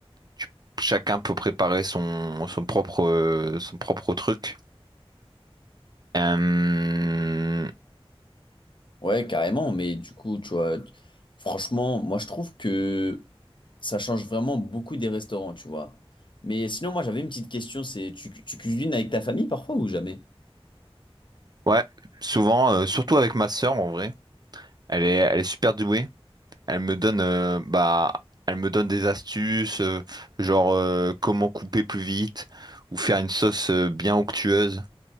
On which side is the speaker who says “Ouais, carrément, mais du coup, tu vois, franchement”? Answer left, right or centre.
Left